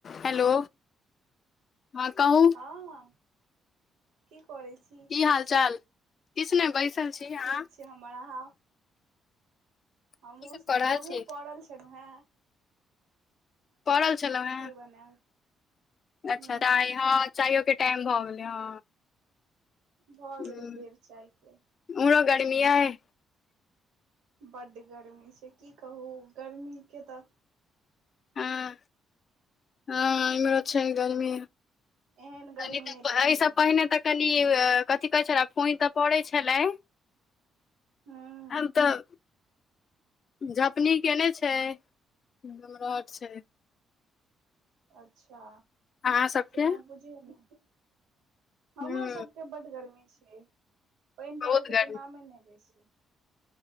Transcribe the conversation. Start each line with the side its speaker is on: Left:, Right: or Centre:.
Left: Hello हँ कहू
Right: ह की करे छी
Left: की हाल चाल किछ नै बैसल छी अहाँ
Right: ठीक छै हमर आहां हमहुँस
Left: की सब कऽ रहल
Right: हमूँ
Left: छी
Right: पड़ल छलो है
Left: पड़ल छलौ हे
Right: <unintelligible>
Left: अच्छा
Right: ह
Left: टै हँ चायो के टाइम भ गेलै हँ
Right: भ
Left: हूँ,
Right: गेलै बेर चाय के
Left: उम्हरो गर्मिया यै
Right: बड्ड गर्मी छै की कहू गर्मीके तऽ
Left: हँ हँ आब इमहरो छै गर्मी
Right: एहन गर्मी
Left: एहिसँ
Right: नहि देखलहुँ
Left: पहिने तक कहलिय कथि कहैछ पानि तऽ पड़े छलै
Right: हूँ
Left: आब तऽ झपनी केने छै <unintelligible> छै
Right: अच्छा
Left: अहाँ सबके
Right: सेहा बुझियौ न
Left: हूँ
Right: हमर सबके बड गर्मी छै पानि
Left: बहुत
Right: परैके
Left: गर्मी
Right: तऽ नामे नै लय छै